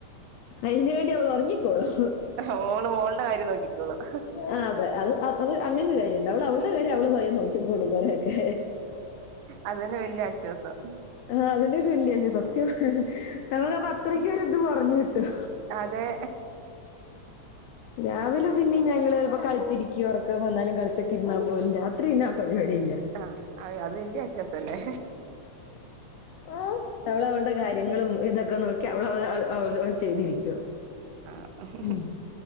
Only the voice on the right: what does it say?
മോള് മോളുടെ കാര്യം നോക്കിക്കോളും
അത് തന്നെ വല്യ ആശ്വാസം
അതെ
ആഹ് അയ് അത് വല്യ ആശ്വാസല്ലേ
ഹ് ഹ്